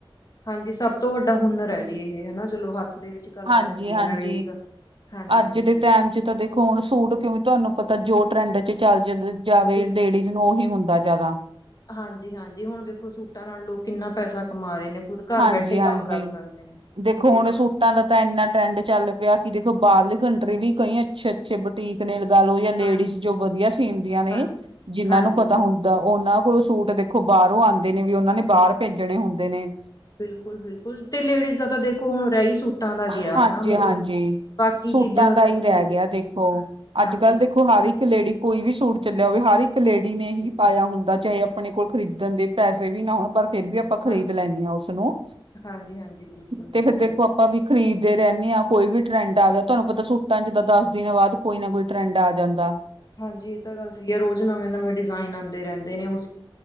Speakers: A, on the left; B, on the right.
A: ਹਾਂਜੀ, ਸਭ ਤੋਂ ਵੱਡਾ ਹੁਨਰ ਏ ਜੀ ਇਹ ਹਨਾ ਚਲੋ ਹੱਥ ਦੇ ਵਿੱਚ ਕਲਾ
B: ਹਾਂਜੀ
A: ਆ ਜਾਂਦੀ
B: ਹਾਂਜੀ
A: ਆ ਨਾਲੇ ਇੱਕ। ਹਾਂਜੀ
B: ਅੱਜ
A: ਹਾਂਜੀ
B: ਦੇ ਟੈਮ ਚ ਤਾਂ ਦੇਖੋ ਹੁਣ ਸੂਟ ਕਿਉ ਤੁਹਾਨੂੰ ਪਤਾ ਜੋ ਟਰੈਂਡ ਚ ਚੱਲ ਜਾਂਦਾ ਜਾਵੇ
A: ਬਿਲ
B: ਲੇਡੀਜ਼ ਨੂੰ ਉਹੀ ਹੁੰਦਾ ਜਿਆਦਾ।
A: ਹਾਂਜੀ ਹਾਂਜੀ। ਹੁਣ ਦੇਖੋ, ਸੂਟਾਂ ਨਾਲ ਲੋਕ ਕਿੰਨਾ ਪੈਸਾ ਕਮਾ ਰਹੇ ਨੇ। ਖੁਦ ਘਰ
B: ਹਾਂਜੀ
A: ਬੈਠੇ ਕੰਮ
B: ਹਾਂਜੀ
A: ਕਰ ਸਕਦੇ ਨੇ।
B: ਦੇਖੋ
A: ਕਿਤੇ
B: ਹੁਣ
A: ਬਾਹਰ
B: ਸੂਟਾਂ
A: ਜਾਣਾ।
B: ਦਾ ਤਾਂ ਇੰਨਾ ਟਰੈਂਡ ਚੱਲ ਪਿਆ ਕਿ ਦੇਖੋ ਬਾਹਰਲੀ ਕੰਟਰੀ ਵੀ ਕਈ ਅੱਛੇ- ਅੱਛੇ ਬਟੀਕ ਨੇ ਲਗਾ ਲਓ ਜਾਂ ਲੇਡੀਜ਼
A: ਹਾਂਜੀ
B: ਜੋ ਵਧੀਆ ਸੀਮਦੀਆਂ ਨੇ
A: ਹਾਂਜੀ
B: ਜਿਹਨਾਂ
A: ਹਾਂਜੀ
B: ਨੂੰ ਪਤਾ
A: ਹਾਂਜੀ
B: ਹੁੰ- ਦਾ। ਉਹਨਾਂ ਕੋਲੋਂ ਸੂਟ ਦੇਖੋ ਬਾਹਰੋਂ ਆਦੇ ਨੇ ਵੀ ਉਹਨਾਂ ਨੇ
A: ਬਿਲਕੁਲ
B: ਬਾਹਰ ਭੇਜਣੇ ਹੁੰਦੇ ਨੇ।
A: ਬਿਲਕੁਲ ਬਿਲਕੁਲ ਤੇ ਲੇਡੀਜ਼ ਦਾ ਤਾਂ ਦੇਖੋ ਹੁਣ ਰਹਿ ਹੀ ਸੂਟਾਂ ਦਾ
B: ਹਾਂਜੀ-ਹਾਂਜੀ
A: ਗਿਆ ਹਨਾ ਮਤਲਬ ਬਾਕੀ
B: ਸੂਟਾਂ
A: ਚੀਜ਼ਾਂ ਤਾਂ
B: ਦਾ
A: ਸਾਰੀਆਂ
B: ਹੀ ਰਹਿ
A: ਦੂਰ
B: ਗਿਆ
A: ਤੇ
B: ਦੇਖੋ, ਅੱਜ-ਕੱਲ੍ਹ
A: ਹਾਂਜੀ ਹਾਂਜੀ
B: ਦੇਖੋ ਹਰ ਇੱਕ ਲੇਡੀ ਕੋਈ ਵੀ ਸੂਟ ਚੱਲਿਆ ਹੋਵੇ ਹਰ ਇੱਕ ਲੇਡੀ ਨੇ ਹੀ
A: ਬਿਲਕੁਲ
B: ਪਾਇਆ ਹੁੰਦਾ ਚਾਹੇ ਆਪਣੇ ਕੋਲ ਖਰੀਦਣ ਦੇ ਪੈਸੇ ਵੀ ਨਾ ਹੋਣ ਪਰ ਫਿਰ ਵੀ ਆਪਾਂ ਖ਼ਰੀਦ
A: ਹਾਂਜੀ
B: ਲੈਂਦੇ ਹਾਂ ਉਸਨੂੰ
A: ਹਾਂਜੀ ਹਾਂਜੀ ਬਿਲਕੁਲ ਬਿਲਕੁਲ
B: ਤੇ ਫਿਰ ਦੇਖੋ ਵੀ ਖਰੀਦਦੇ ਰਹਿੰਦੇ ਹਾਂ ਕੋਈ ਵੀ ਟਰੈਂਡ ਆ ਗਿਆ। ਤੁਹਾਨੂੰ ਪਤਾ ਸੂਟਾਂ 'ਚ ਦਸ ਦਿਨਾਂ ਬਾਅਦ ਕੋਈ ਨਾ ਟਰੈਂਡ ਆ ਜਾਂਦਾ।
A: ਹਾਂਜੀ, ਇਹ ਤਾਂ ਗੱਲ ਸਹੀ ਏ। ਰੋਜ਼ ਨਵੇਂ-ਨਵੇਂ ਡਿਜ਼ਾਇਨ ਆਦੇ ਰਹਿੰਦੇ ਨੇ ਉਹ।